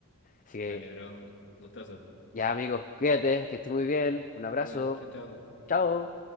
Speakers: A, on the left; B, on the left.
A: Así que
B: Dale, bro, un gustazo.
A: Ya, amigos, cuídate, que estés muy bien. Un abrazo.
B: Igual, chao, chao.
A: Chao.